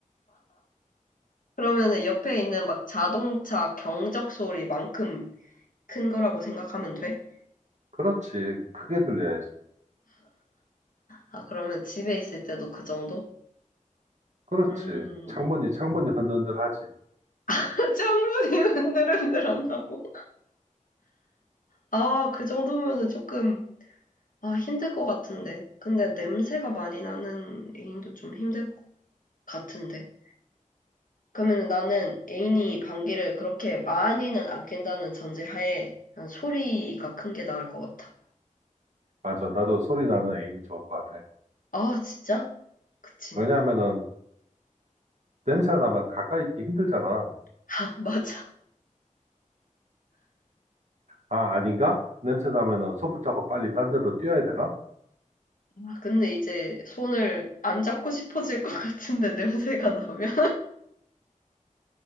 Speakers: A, on the left; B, on the right.
A: 그러면은 옆에 있는 막 자동차 경적 소리만큼 큰 거라고 생각하면 돼?
B: 그렇지. 크게 들려야지.
A: 아, 그러면 집에 있을 때도 그 정도?
B: 그렇지.
A: 음,
B: 창문이, 창문이 흔들흔들하지.
A: <laughs> 짱분이 흔들흔들 한다고? 아, 그 정도면은 조금, 아, 힘들 것 같은데. 근데 냄새가 많이 나는 애인도 좀 힘들 것 같은데. 그러면 나는 애인이 방귀를 그렇게 많이는 안 낀다는 전제하에 난 소리가 큰 게 나을 것 같아.
B: 맞아. 나도 소리 나는 애인이 좋을 것 같아.
A: 아, 진짜? 그치.
B: 왜냐하면은 냄새 나면 가까이 있기 힘들잖아.
A: 아, <laughs> 맞아.
B: 아, 아닌가? 냄새 나면은 손붙잡고 빨리 딴 데로 뛰어야 되나?
A: 아, 근데 이제 손을 안 잡고 싶어질 것 같은데, <laughs> 냄새가 나면.